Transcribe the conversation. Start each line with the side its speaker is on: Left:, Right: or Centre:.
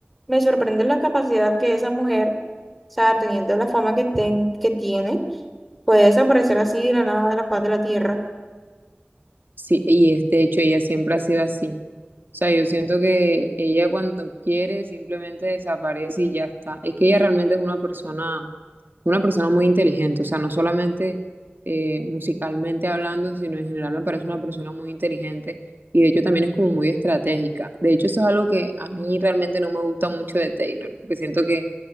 Centre: me sorprende la capacidad que esa mujer, o sea, teniendo la fama que, ten- que tiene, puede desaparecer así de la nada de la faz de la tierra.
Right: Sí, y es, de hecho ella siempre ha sido así. O sea, yo siento que ella cuando quiere simplemente desaparece y ya está. Es que ella realmente es una persona, una persona muy inteligente. O sea, no solamente eh, musicalmente hablando, sino en general me parece una persona muy inteligente y de hecho también es como muy estratégica. De hecho, eso es algo que a mí realmente no me gusta mucho de Taylor, porque siento que